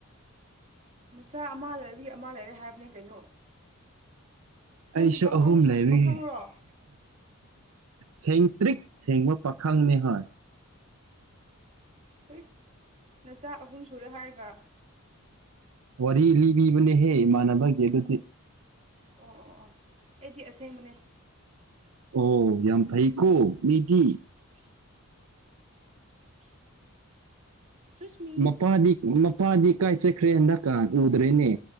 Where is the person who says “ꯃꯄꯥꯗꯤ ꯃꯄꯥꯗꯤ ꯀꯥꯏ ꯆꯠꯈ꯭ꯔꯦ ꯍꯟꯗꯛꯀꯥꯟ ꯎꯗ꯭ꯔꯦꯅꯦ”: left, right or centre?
Right